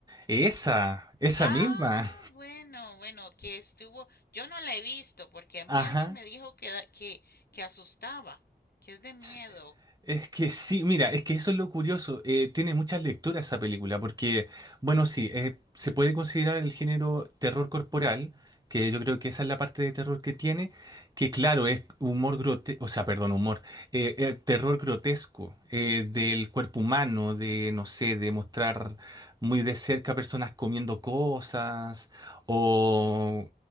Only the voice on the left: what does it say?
Ah,
bueno, bueno, que estuvo, yo no la he visto porque a mí
alguien me dijo que, da- que, que asustaba, que es de miedo.